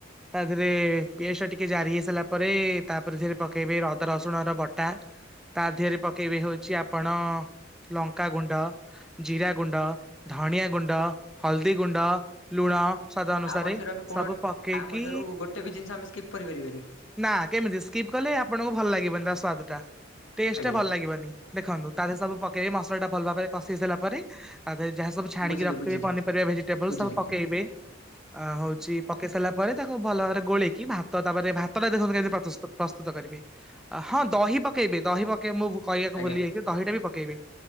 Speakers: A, in the centre; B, on the left.
A: ତା ଦେହରେ ପିଆଜ ଟା ଟିକେ ଜାରି ହେଇସାରିଲା ପରେ ତାପରେ ଧରେ ପକେଇବେ ରଦ ରସୁଣ ର ବଟା ତା ଦେିହରେ ପକେଇବେ ହଉଛି ଆପଣ ଲଙ୍କା ଗୁଣ୍ଡ ଜିରା ଗୁଣ୍ଡ ଧଣିଆ ଗୁଣ୍ଡ ହଳଦୀ ଗୁଣ୍ଡ ଲୁଣ ସଵାଦ ଅନୁସାରେ
B: ଆ ମଧ୍ୟରୁ ଆମେ କୋଣ
A: ସବୁ ପକେଇକି
B: ଆ ମଧ୍ୟରୁ ଗୋଟେ ବି ଜିନିଷ ଆମେ ସ୍କିପ୍ କରିପାରିବାନି।
A: ନା କେମିତି ସ୍କିପ କଲେ ଆପଣଙ୍କୁ ଭଲ ଲାଗିବନ ତା ସ୍ଵାଦ ଟା ଟେଷ୍ଟ
B: ଆଜ୍ଞା
A: ଟା ଭଲ ଲାଗିବନି ଦେଖନ୍ତୁ ତାର ସବୁ ମସଲା ଟା ଭଲ ଭାବରେ କଷେଇସଲା ପରେ ଆଉ ଯାହା ସବୁ ଛାଣିକି
B: ବୁଝିଲି
A: ରଖଥିବେ
B: ବୁଝିଲି
A: ପନିପରିବା ଭେଜିଟେବଲ
B: ବୁଝିଲି
A: ସବୁ ପକେଇବେ ହଉଛି ପକେଇ ସାରିଲା। ପରେ ତାକୁ ଭଲ ଭାବରେ ଗୋଳେଇକି ଭାତ ତାପରେ ଭାତ ତ ଦେଖ କେମିତି ପ୍ରସ୍ତୁତ କରିବେ ହଁ ଦହି ପକେଇବେ ଦହି ପକେଇ ମୁଁ କହିବାକୁ
B: ଆଜ୍ଞା
A: ଭୁଲି ଯାଇକି ଦହିଟା ବି ପକେଇବି